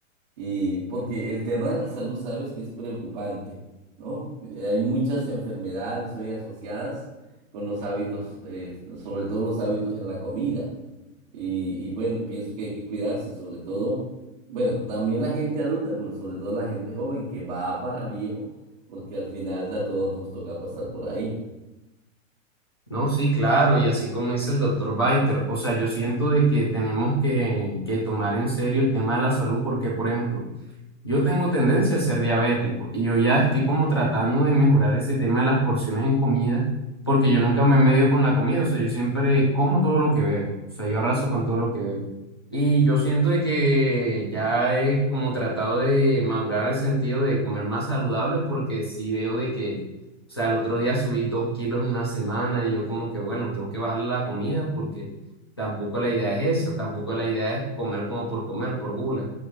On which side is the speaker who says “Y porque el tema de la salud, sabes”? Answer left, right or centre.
Right